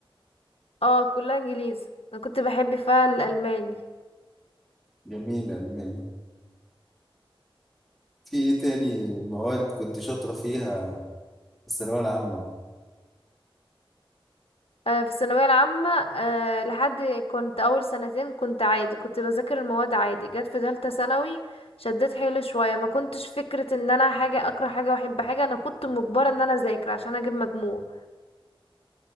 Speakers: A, on the left; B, in the centre.
A: اه كلها انجليزي انا كنت بحب فيها الالماني
B: جميل الماني في ايه تاني مواد كنت شاطرة فيها في الثانوية العامة
A: آه، في الثانوية العامة آه، لحد كنت أول سنتين كنت عادي كنت بذاكر المواد عادي جت في تالتة ثانوي شديت حيلي شوية ما كنتش فكرة ان انا حاجة اكره حاجة واحب حاجة انا كنت مجبرة ان انا اذاكر عشان اجيب مجموع